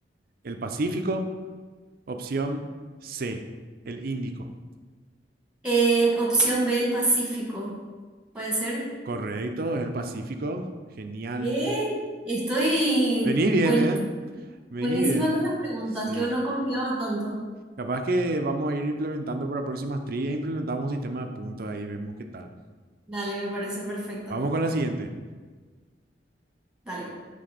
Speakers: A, on the right; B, in the centre.
A: el Pacífico. Opción C, el Índico.
B: En opción B, el Pacífico. ¿Puede ser?
A: Correcto, es el Pacífico. Genial.
B: Bien. Estoy
A: Vení bien,
B: buen-
A: ¿eh? Vení
B: buenísima
A: bien.
B: con las preguntas.
A: Sí,
B: Yo no confiaba tanto.
A: Capaz que vamos a ir implementando para próximas trillas, implementamos un sistema de puntos ahí, vemos qué tal.
B: Dale, me parece perfecto.
A: Vamos con la siguiente.
B: Dale.